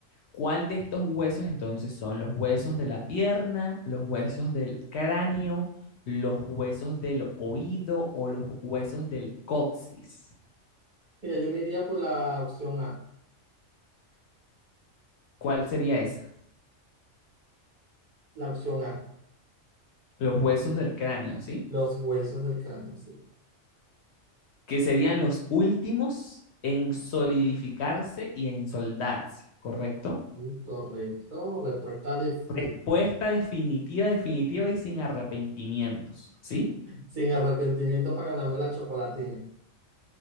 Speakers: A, on the left; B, on the right.
A: ¿Cuál de estos huesos entonces son los huesos de la pierna, los huesos del cráneo, los huesos del oído o los huesos del coxis?
B: mira, yo me iría por la opción A,
A: ¿Cuál sería esa?
B: la opción A,
A: Los huesos del cráneo, ¿sí?
B: los huesos del cráneo. sí.
A: Que serían los últimos en solidificarse y en soldarse, ¿correcto?
B: Mm, Correcto, respuesta definitiva.
A: Respuesta definitiva, definitiva y sin arrepentimientos, ¿sí?
B: Sin arrepentimiento para ganarme la chocolatina.